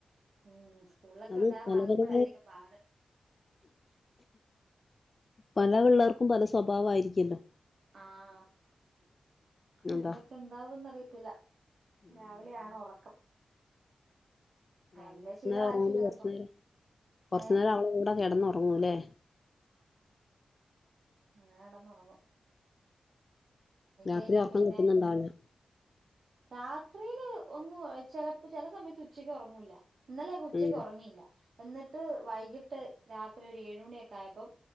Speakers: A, on the right; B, on the left.
A: ഉം സ്കൂളൊക്കെ
B: അത്
A: വിടാറാകുമ്പോഴായിരിക്കും
B: പല പല
A: പാട്.
B: പല പിള്ളേർക്കും പല സ്വഭാവ ആയിരിക്കല്ലോ...
A: ആഹ..
B: അതാ
A: ഇന്ന് ഇപ്പോ എന്താവുംന്ന് അറിയത്തില്ല
B: ഉം.
A: രാവിലെയ ആണ ഉറക്കം..
B: രാവിലെ
A: എന്റെ
B: കുറച്ചു
A: ശീലമായിരിക്കും
B: നേരം ഉറങ്ങു
A: ചിലപ്പോ
B: ന്നതോണ്ട് പ്രശ്നം
A: ഏ
B: ഇല്ലാ കുറച്ചു നേരം അവിടെ കിടന്ന് ഉറങ്ങൂല്ലേ...
A: ആഹ കിടന്ന് ഇറങ്ങും....
B: രാത്രി
A: കഴിഞ്ഞാ
B: ഉർക്കം
A: പിന്നെ
B: കിട്ടുന്നുണ്ടാവില്ല...
A: രാത്രിയില് ഒന്നും ചിലപ്പോ ചില സമയത്ത് ഉച്ചക്ക് ഉറങ്ങൂല്ല... ഇന്നലെ ഉച്ചക്ക്
B: ഉം
A: ഉറങ്ങിയില്ല എന്നിട്ട് വൈകിട്ട്... രാത്രി ഒരു ഏഴ മണിയൊക്കെ ആയപ്പം